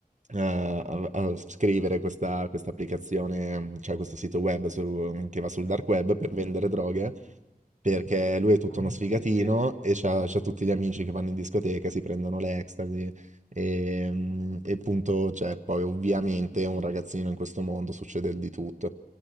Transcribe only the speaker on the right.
a a a scrivere questa questa applicazione cioè questo sito web su mhmm, che va sul dark web per vendere droghe, perché lui è tutto
uno sfigatino
e c'ha c'ha tutti gli amici che vanno in discoteca, si prendono l'ecstasy, ehm, e appunto cioè poi ovviamente un ragazzino in questo mondo succede di tutto. Non